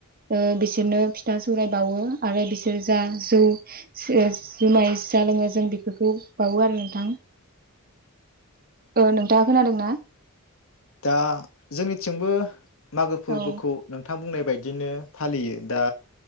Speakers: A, on the right (about 40°); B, on the left (about 65°).
A: ओ बिसोरनो फिथा सौराय बावो आरो बिसोर जा जौ से जुमाय। जा लोङो जों बेफोरखौ बावो आरो नोंथां ओ नोंथाङा खोनादों ना।
B: दा जोंनिथिंबो। मागो फोरबोखौ
A: औ
B: नोंथां बुंनाय। बायदिनो फालियो दा।